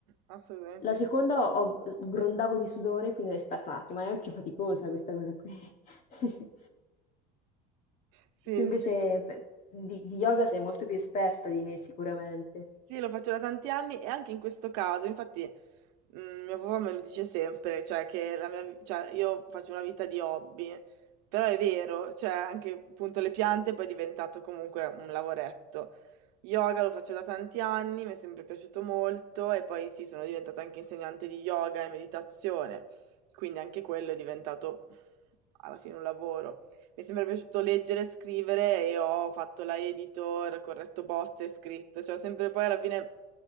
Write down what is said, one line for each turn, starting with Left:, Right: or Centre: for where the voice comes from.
Right: assolutamente
Left: La seconda
Right: sì.
Left: ho, ho- grondavo di sudore, quindi ho detto, aspetta un attimo, è anche faticosa questa cosa qui. <laughs>
Right: Sì,
Left: Tu invece
Right: sì,
Left: pe- di, di yoga sei molto più esperta di me sicuramente.
Right: sì, lo faccio da tanti anni e anche in questo caso, infatti, mm, mio papà me lo dice sempre, cioè che la mia, vi- cioè, io faccio una vita di hobby, però è vero, cioè anche appunto le piante poi è diventato comunque un lavoretto. Yoga lo faccio da tanti anni, mi è sempre piaciuto molto e poi sì, sono diventata anche insegnante di yoga e meditazione, quindi anche quello è diventato alla fine un lavoro. Mi è sempre piaciuto leggere e scrivere e ho fatto la editor, corretto bozze, scritto, cioè ho sempre poi alla fine